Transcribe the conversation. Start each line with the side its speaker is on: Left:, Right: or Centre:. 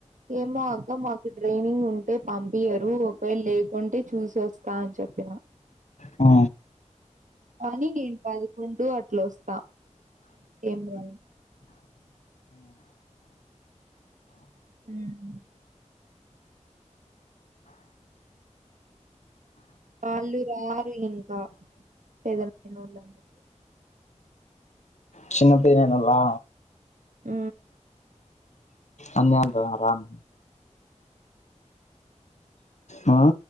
Right: ఏమో అక్క మాకు ట్రైనింగ్ ఉంటే పంపియరు ఒకవేళ లేకుంటే చూసి వస్తా అని చెప్ చెప్పిన
Left: అ
Right: కానీ నిను పదకొండు కొట్లోస్తా ఏం కదు మ్ హూ వాళ్ళురారు ఇంకా <unintelligible>
Left: చిన్న పిల్లగా నోల్లా
Right: మ్
Left: అమ్మేమంటాదో రాన్ ఆ